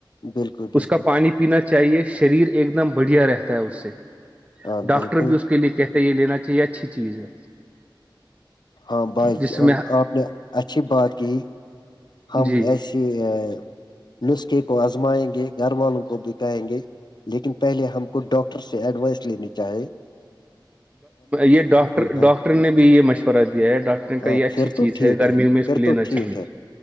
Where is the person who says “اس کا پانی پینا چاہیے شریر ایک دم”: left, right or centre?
Right